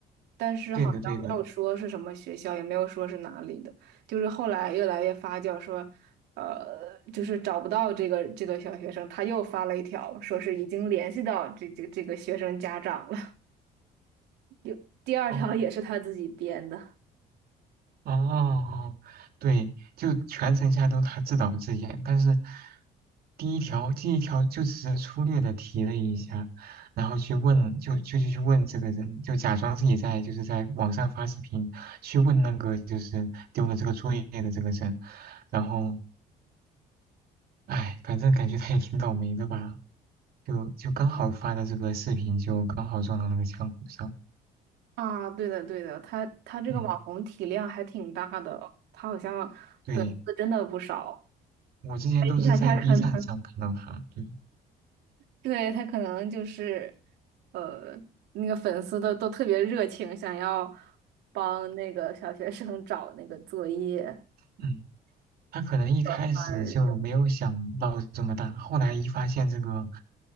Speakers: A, on the right; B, on the right.
A: 但是好像没有说是什么学校，
B: 对的对的。
A: 也没有说是哪里的，就是后来越来越发酵说，呃，就是找不到这个这个小学生，他又发了一条说是已经联系到这这这个学生家长了，<laughs> 第二条也是他自己编的。
B: 哦。哦，对，就全程下来都他自导自演，但是第一条第一条就只是粗略的提了一下，然后去问，就就就去问这个人，就假装自己在就是在网上发视频去问那个就是丢了这个作业的这个人，然后哎，反正感觉他也挺倒霉的吧，就就刚好发的这个视频就刚好撞到那个枪口上，
A: 啊，对的，对的，他他这个网红体量还挺大的，
B: 嗯，
A: 他好像粉丝真的不少，
B: 对，我之前都是在
A: 所以大家可能，
B: B 站上看到他，对，
A: 对，他可能就是，呃，那个粉丝都都特别热情，想要帮那个小学生找那个作业、
B: 嗯。他可能一开始就没有想到这么大，
A: 做番儿这种
B: 后来一发现这个